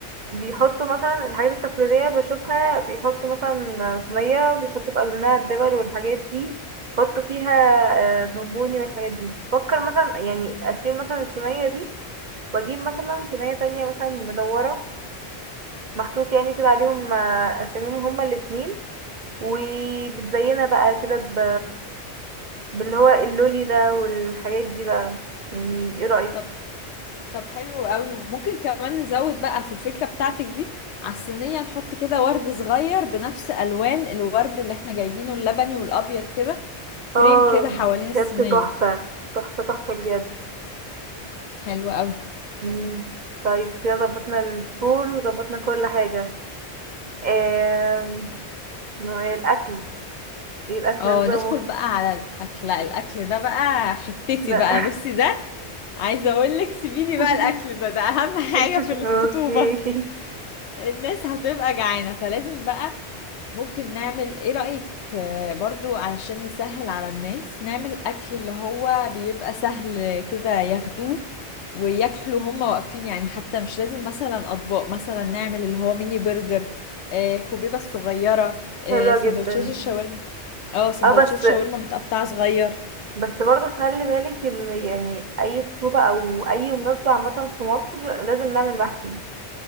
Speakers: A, on the right; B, on the left.
A: بيحطوا مثلا الحاجات التقليدية بشوفها بيحطوا مثلا صينية بيحطوا في قلب منها الدبل والحاجات دي بيحطوا فيها آه، بونبوني والحاجات دي بفكر مثلا يعني أشيل مثلا الصينية دي وأجيب مثلا صينية تانية مثلا مدورة محطوط يعني كده عليهم آه، أساميهم هما الاتنين وبتزينها بقى كده ب... باللي هو اللولي ده والحاجات دي بقى يعني ايه رأيك؟
B: طب طب حلو قوي وممكن كمان نزود بقى في الفكرة بتاعتك دي على الصينية نحط كده ورد صغير بنفس ألوان الورد اللي احنا جايبينه اللبني والأبيض كده
A: اه
B: فريم كده حوالين
A: بجد
B: الصينية
A: تحفة تحفة تحفة بجد
B: حلو قوي
A: مم. طيب كده ظبطنا السكور وظبطنا كل حاجة آم، نوع الأكل ايه الأكل
B: اه
A: نظامه؟
B: ندخل بقى على الأكل لا الأكل ده بقى حتتي
A: لا
B: بقى بصي ده عايزة اقول لك سيبيلي
A: <laughs>
B: بقى الأكل ده ده أهم <laughs> حاجة
A: اوكي
B: في الخطوبة الناس هتبقى جعانة فلازم بقى ممكن نعمل ايه رأيك آه، برضو علشان نسهل على الناس نعمل اكل اللي هو بيبقى سهل كده ياخدوه وياكلوا هما واقفين يعني حتى مش لازم مثلا اطباق مثلا نعمل اللي هو ميني برجر آه، كوبيبة الصغيرة آه،
A: حلوة
B: سندوتشات
A: جدا
B: الشاورما اه سندوتشات
A: اه بس
B: شاورما متقطعة صغير
A: بس برضه خلي بالك ان يعني اي خطوبة او اي مناسبة عامة في مصر لازم نعمل محشي